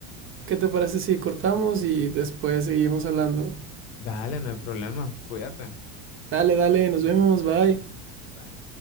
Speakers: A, on the right; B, on the left.
A: ¿Qué te parece si cortamos y después seguimos hablando?
B: Dale, no hay problema. Cuídate.
A: Dale, dale, nos vemos, bye.
B: Bye.